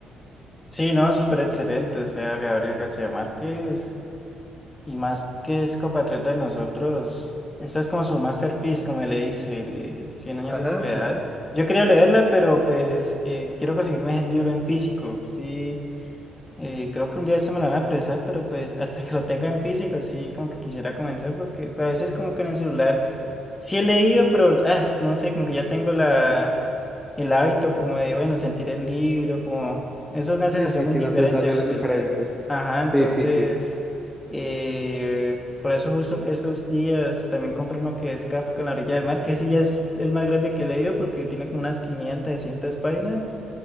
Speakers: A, on the left; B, in the centre.
A: Sí, no, súper excelente, o sea, Gabriel García Márquez. Y más que es compatriota de nosotros, esa es como su masterpiece, como le dice, el de Cien años
B: Ajá,
A: de soledad.
B: ajá.
A: Yo quería leerla, pero pues eh, quiero conseguirme el libro en físico. Sí, eh, creo que un día eso me lo van a prestar, pero pues <laughs> hasta que lo tenga en físico, sí, como que quisiera comenzar, porque pues, a veces como que en el celular Sí he leído, pero ah, no sé, como que ya tengo la, el hábito como de, bueno, sentir el libro, como, eso es una sensación
B: Sí, sí,
A: muy
B: sí,
A: diferente,
B: la sensación
A: ¿me entendés?
B: es diferente.
A: Ajá, entonces,
B: Sí, sí, sí.
A: eh, por eso justo esos días también compré uno que es Kafka en la orilla del mar, que sí ya es el más grande que he leído porque tiene como unas 500, 600 páginas.